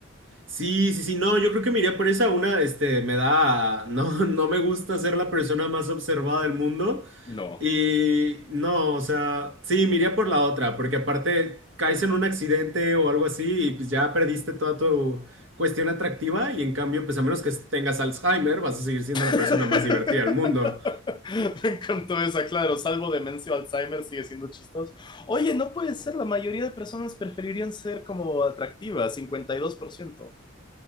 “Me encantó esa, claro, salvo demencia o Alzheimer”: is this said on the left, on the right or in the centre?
Left